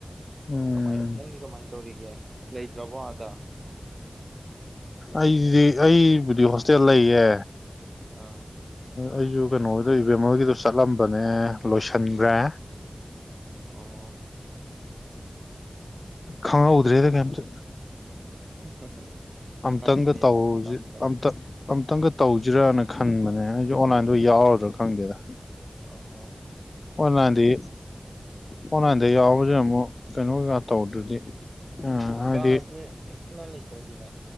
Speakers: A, on the left (about 70°); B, on the right (about 60°).
A: ꯎꯝ
B: ꯀꯃꯥꯏ ꯅꯪꯗꯤ ꯀꯃꯥꯏꯅ ꯇꯧꯔꯤꯒꯦ ꯂꯩꯇ꯭ꯔꯕꯣ ꯑꯥꯗ
A: ꯑꯩꯗꯤ ꯑꯩꯕꯨꯗꯤ ꯍꯣꯁꯇꯦꯜ ꯂꯩꯌꯦ
B: ꯑꯥ
A: ꯑꯩꯖꯨ ꯀꯩꯅꯣꯒꯤꯗ ꯏꯕꯦꯝꯃꯜꯒꯤꯗ ꯆꯠꯂꯝꯕꯅꯦ ꯂꯣꯏꯁꯟꯒ꯭ꯔꯦ
B: ꯑꯣ
A: ꯈꯪꯍꯧꯗꯔꯦꯗ ꯀꯩꯝꯇꯥ
B: <unintelligible>
A: ꯑꯝꯇꯪꯒ
B: ꯈꯪꯈꯤꯅꯤꯗ
A: ꯇꯧꯖꯤ
B: ꯇꯝ ꯇꯝ
A: ꯑꯝꯇ ꯑꯝꯇꯪꯒ ꯇꯧꯖꯤꯔꯅ ꯈꯟꯕꯅꯦ ꯑꯩꯖꯨ ꯑꯣꯟꯂꯥꯏꯟꯗ ꯑꯣꯏ ꯌꯥꯎꯔꯗ꯭ꯔꯥ ꯈꯪꯗꯦꯗ
B: ꯑ ꯍꯣ
A: ꯑꯣꯟꯂꯥꯏꯟꯗꯤ ꯑꯣꯟꯂꯥꯏꯟꯗ ꯌꯥꯎꯕꯖꯤ ꯑꯃꯨꯛ ꯀꯩꯅꯣ ꯀꯩꯀꯥ ꯇꯧꯗ꯭ꯔꯗꯤ ꯑ ꯍꯥꯏꯗꯤ
B: ꯀꯥꯁꯦ ꯆꯤꯛꯅ ꯂꯩꯇ꯭ꯔꯗꯤꯅꯦ